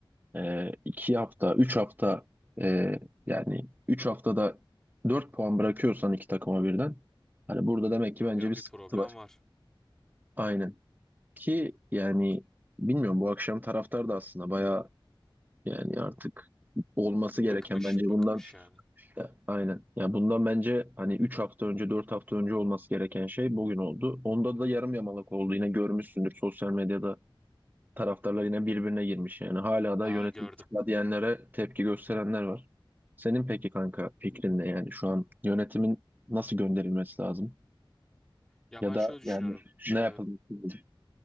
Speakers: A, on the right; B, in the centre.
A: e, iki hafta, üç hafta e, yani üç haftada dört puan bırakıyorsan iki takıma birden hani burada demek ki bence
B: Ya
A: bir
B: bir
A: sıkıntı
B: problem
A: var.
B: var.
A: Aynen. Ki yani bilmiyorum bu akşam taraftar da aslında bayağı yani artık olması
B: Bıkmış,
A: gereken bence
B: bıkmış
A: bundan
B: yani.
A: aynen. Yani bundan bence hani üç hafta önce 4 hafta önce olması gereken şey bugün oldu. Onda da yarım yamalak oldu. Yine görmüşsündür sosyal medyada taraftarlar yine birbirine girmiş yani. Hala
B: Ha
A: da yönetim
B: gördüm.
A: istifa diyenlere tepki gösterenler var. Senin peki kanka fikrin ne yani şu an yönetimin nasıl gönderilmesi lazım?
B: Ya
A: Ya
B: ben
A: da
B: şöyle düşünüyorum.
A: yani ne
B: Ee,
A: yapılması lazım?